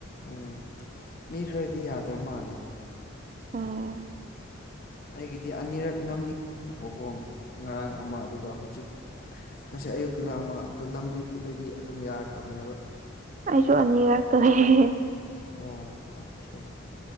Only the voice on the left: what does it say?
ꯎꯝ ꯃꯤ ꯈꯔꯗꯤ ꯌꯥꯗꯕ ꯃꯥꯜꯂꯦ
ꯑꯩꯒꯤꯗꯤ ꯑꯅꯤꯔꯛ ꯅꯝꯅꯤ ꯉꯥꯏꯈꯣꯀꯣ ꯉꯔꯥꯡ ꯑꯃ ꯑꯗꯨꯒ ꯍꯧꯖꯤꯛ ꯉꯁꯤ ꯑꯌꯨꯛꯇꯀ ꯑꯃ ꯑꯗꯨ ꯅꯝꯕꯤꯕꯗꯒꯤ ꯑꯗꯨꯝ ꯌꯥꯈ꯭ꯔꯕꯅꯦꯕ
ꯑꯣ ꯑꯣꯀꯦ